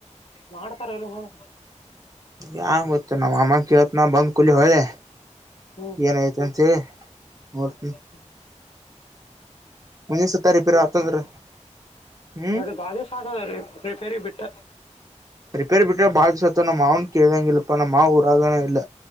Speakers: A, on the left; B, on the right.
A: ಮಾಡ್ತಾರ ಇಲ್ಲೋ ನೋಡು.
B: ಯಾಂಗ್ ಗೊತ್ತು ನಾವ್ ಅಮ್ಮ ಕೇಳತ್ ನ ಬಂದ್ ಕೂಲಿ ಹೊದೆ
A: ಹ್ಮ್
B: ಏನಯ್ತ ಅಂತೇಳಿ. ನೋಡ್ತೀನಿ.
A: <inaudible>
B: ಮುಂದಿನ ಸತ ರಿಪೇರಿ ಆತಂದ್ರ ಹ್ಮ್
A: ಸರಿ ಬಾದುಷಾ <unintelligible> ರ ಫೇರಿ ಬಿಟ್ಟ.
B: ರಿಪೇರ್ ಬಿಟ್ರ ಬಾಳ ದಿಸಾತ್ ನಮ್ಮ್ ಮಾವನ್ ಕೇಳಂಗಿಲ್ಪ್ಪಾ ನಮ್ ಮಾವ ಊರಾಗನ ಇಲ್ಲ.